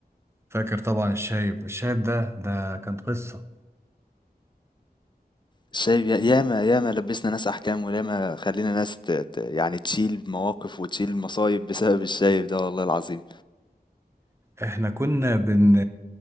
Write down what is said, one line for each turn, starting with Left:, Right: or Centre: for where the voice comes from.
Right: فاكر طبعا الشايب الشايب ده ده كان قصة
Left: شايف يا- ياما ياما لبسنا ناس احكام وياما خلينا ناس ت... ت... يعني تشيل مواقف وتشيل مصايب بسبب الشايب ده والله العظيم
Right: احنا كنا بن